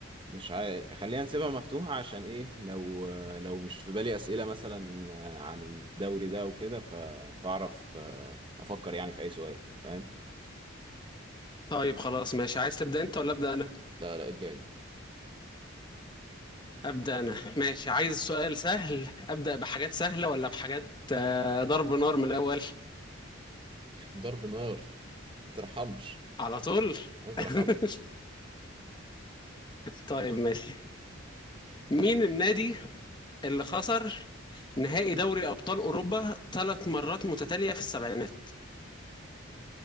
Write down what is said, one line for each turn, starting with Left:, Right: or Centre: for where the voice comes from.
Right: مش عارف خلينا نسيبها مفتوحة عشان ايه لو آه، لو مش في بالي أسئلة مثلا آه، عن الدوري ده وكده ف- فأعرف آه، أفكر يعني في أي سؤال فاهم
Left: طيب خلاص ماشي عايز تبدأ انت ولا أبدأ انا
Right: لا لا ابدأ انت
Left: أبدأ انا ماشي عايز سؤال سهل أبدأ بحاجات سهلة ولا بحاجات آه، ضرب نار من الأول
Right: ضرب نار ترحمش
Left: على طول
Right: ما ترحمش
Left: <laughs> طيب ماشي مين النادي اللي خسر نهائي دوري أبطال أوروبا ثلاث مرات متتالية في السبعينات